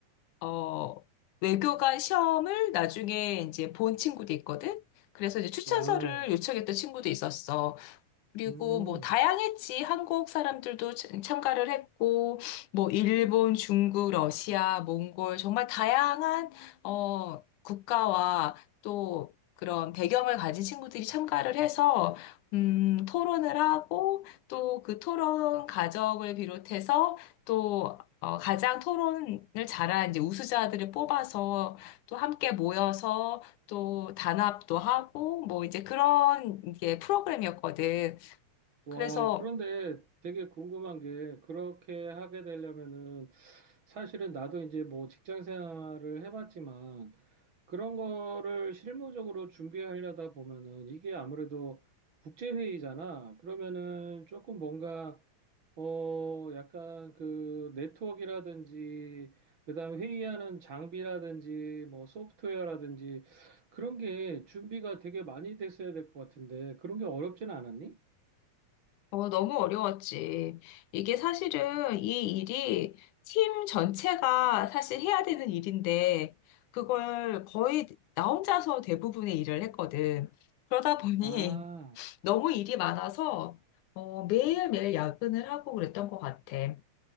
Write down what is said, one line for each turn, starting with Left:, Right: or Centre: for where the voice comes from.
Left: 어, 외교관 시험을 나중에 이제 본 친구도 있거든? 그래서 이제 추천서를
Right: 와우.
Left: 요청했던 친구도 있었어. 그리고
Right: 음.
Left: 뭐 다양했지. 한국 사람들도 참- 참가를 했고, 뭐 일본, 중국, 러시아, 몽골 정말 다양한 어 국가와 또 그런 배경을 가진 친구들이 참가를 해서 음 토론을 하고 또 그 토론 과정을 비롯해서 또 어, 가장 토론을 잘한 이제 우수자들을 뽑아서 또 함께 모여서 또 단합도 하고 뭐 이제 그런 이게 프로그램이었거든.
Right: 와,
Left: 그래서
Right: 그런데 되게 궁금한 게, 그렇게 하게 되려면은, 사실은 나도 이제 뭐 직장 생활을 해봤지만, 그런 거를 실무적으로 준비하려다 보면은, 이게 아무래도 국제회의잖아. 그러면은 조금 뭔가, 어, 약간 그 네트워크라든지, 그다음 회의하는 장비라든지, 뭐 소프트웨어라든지, 그런 게 준비가 되게 많이 됐어야 될 것 같은데, 그런 게 어렵진 않았니?
Left: 어, 너무 어려웠지. 이게 사실은 이 일이 팀 전체가 사실 해야 되는 일인데 그걸 거의 나 혼자서 대부분의 일을 했거든. 그러다 보니
Right: 아.
Left: <laughs> 너무 일이 많아서 어, 매일매일 야근을 하고 그랬던 것 같아.